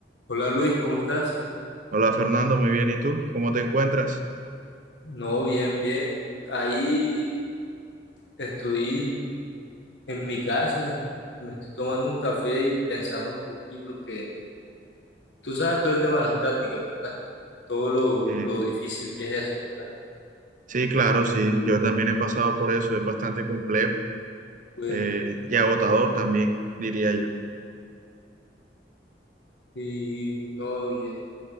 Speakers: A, on the left; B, on the right.
A: Hola Luis, ¿cómo estás?
B: Hola Fernando, muy bien. ¿Y tú? ¿Cómo te encuentras?
A: No, bien, bien. Ahí estoy en mi casa, me estoy tomando un café y pensando un poquito que tú sabes todo el tema de las prácticas, ¿verdad? Todo lo,
B: Eh,
A: lo difícil que es eso, ¿verdad?
B: sí, claro, sí. Yo también he pasado por eso. Es bastante complejo
A: Pues,
B: eh, y agotador también, diría yo.
A: y no, y,